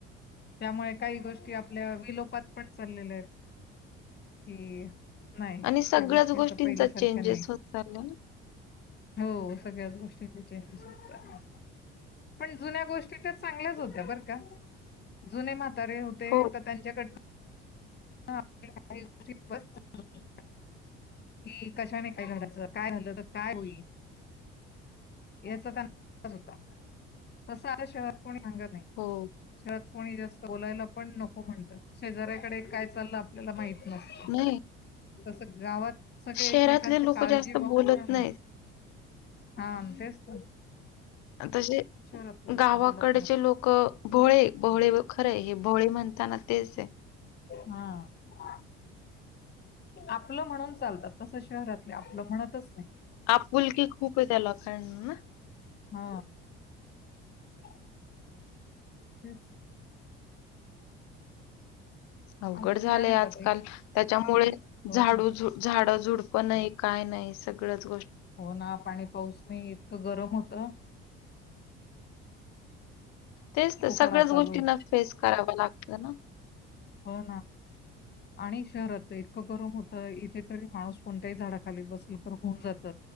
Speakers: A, on the left; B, on the left.
A: त्यामुळे काही गोष्टी आपल्या विलोपात पण चाललेल्या आहेत. कि नाही
B: आणि सगळ्याच
A: त्या गोष्टी
B: गोष्टींचा
A: आता पहिल्यासारख्या
B: चेंजेस
A: नाही
B: होत चालला ना.
A: हो सगळ्याच गोष्टींचे चेंजेस <unintelligible> होत चालले पण जुन्या गोष्टी त्या चांगल्याच होत्या बर का? जुने म होते
B: हो,
A: तर त्यांच्याकडन <unintelligible> <unintelligible> <inaudible> कशाने? काय घराचं? काय झालं तर काय होईल. याचा त्यांना <inaudible> होता तस शहरात <inaudible> कोणी सांगत नाही
B: हो.
A: शह कोणी जास्त बोलायला पण नको म्हणत <unintelligible> शेजऱ्याकडे काय चाललं आपल्याला माहित नसत
B: नाही,
A: <unintelligible> तस गावात सगळे
B: शहरातले
A: एकमेकांचे
B: लोकं
A: काळजी
B: जास्त
A: बहू
B: बोलत
A: पण
B: नाहीत.
A: आहे हा <unintelligible> तेच तर
B: तसे
A: शहरातले लोक
B: गावाकडचे
A: बोलत नाही
B: लोक भोळे भोळे खरं आहे हे भोळे म्हणताना तेच आहे
A: <inaudible> हा <unintelligible> आपलं म्हणून चालतात तस शहरातले आपलं म्हणतच नाही.
B: आपुलकी खूप आहे त्या लोकांना ना.
A: हो <unintelligible> हो <inaudible>
B: अवघड
A: अजून
B: झालेय
A: काय म्हणतात
B: आजकाल
A: ताई
B: त्याच्यामुळे
A: हो
B: झाडू
A: ना
B: झाड झुड पण नाही काय नाही सगळच
A: हो ना पाणी पाऊस नाही इतकं गरम होत.
B: तेच तर
A: उकाडा
B: सगळ्याच
A: चालू
B: गोष्टींना
A: आहे
B: फेस कराव लागत ना
A: हो ना आणि शहरात इतकं गरम होतं इथे तरी माणूस कोणत्याही झाडाखाली बसला तर होऊन जात.